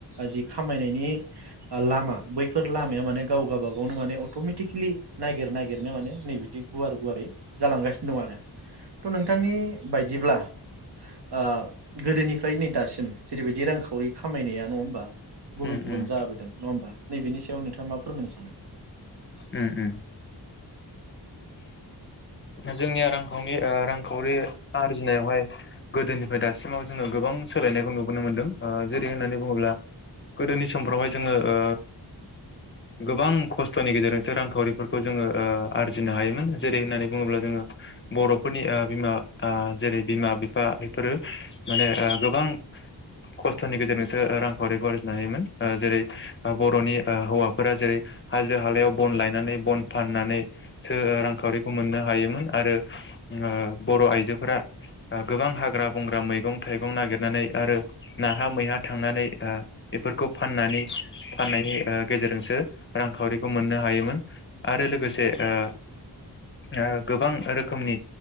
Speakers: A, on the right (about 70°); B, on the left (about 30°).
A: जि खामायनायनि आ लामा बैफोर लामाया माने गाव गावबागावनो माने अटमेटिकेलि नागिर नागिरनो माने नै बिदि गुवार गुवारै जालांगासिनो दं आरो थ' नोंथांनि बायदिब्ला आ गोदोनिफ्राय नै दासिम जेरैबायदि रांखावरि खामायनाया नङा होमबा गुबुन
B: औ
A: गुबुन
B: औ
A: जाबोदों नङा होमबा? नैबेनि सायाव नोंथाङा मा फोरमायनो सानो?
B: उम उम जोंनिया रांखावनि आ रांखावरि आरजिनायावहाय गोदोनिफ्राय दासिमाव जोङो गोबां सोलायनायखौ नुबोनो मोनदों ओ जेरै होननानै बुङोब्ला गोदोनि समफ्रावहाय जोङो ओ गोबां खस्थ'नि गेजेरजोंसो रांखावरिफोरखौ जोङो ओ आरजिनो हायोमोन जेरै होननानै बुङोब्ला जोङो बर'फोरनि ओ बिमा ओ जेरै बिमा बिफा बेफोरो माने ओ गोबां खस्थ'नि गेजेरजोंसो ओ रांखावरिखौ आरजिनो हायोमोन ओ जेरै ओ बर'नि ओ‌ हौवाफोरा जेरै हाजो हालायाव बन लायनानै बन फाननानै सो ओ रांखावरि खौ मोननो हायोमोन आरो ओ बर' आइजोफोरा ओ गोबां हाग्रा बंग्रा मैगं थाइगं नागिरनानै आरो नाहा मैहा थांनानै आ बेफोरखौ फाननानै फाननायनि ओ गेजेरजोंसो रांखावरिखौ मोननो हायोमोन आरो लोगोसे ओ ओब गोबां रोखोमनि